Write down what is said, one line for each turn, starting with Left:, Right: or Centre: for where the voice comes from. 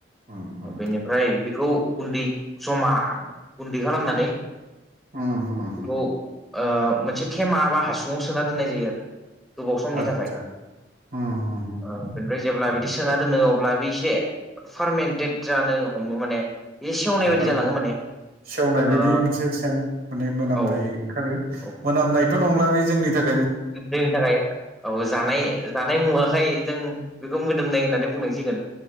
Right: उम उम
Centre: बेनिफ्राय बेखौ गुन्दै जमा गुन्दै खालामनानै
Right: उम उम
Centre: बेखौ
Right: उम
Centre: ओ मोनसे थेमा बा हासुङाव सोना दोननाय जायो आरो। गोबाव समनि
Right: आतसा
Centre: थाखाय
Right: उम उम
Centre: ओं बेनिफ्राय जेब्ला बिदि सोना दोनो अब्ला बे एसे फारमन्टेद जानो हमो माने बे सेवनाय
Right: <unintelligible>
Centre: बायदि जालाङो माने
Right: सेवनाय बायदि
Centre: ओ
Right: मोनसे सेन माने मोनामनाय
Centre: औ
Right: ओंखारो।
Centre: औ
Right: मोनामनायथ' नंला बे जोंनि थाख
Centre: जोंनि थाखाय औ जानाय जा नाय मुवाखाय जों बेखौ मोदोमनाय होननानै बुंनांसिगोन।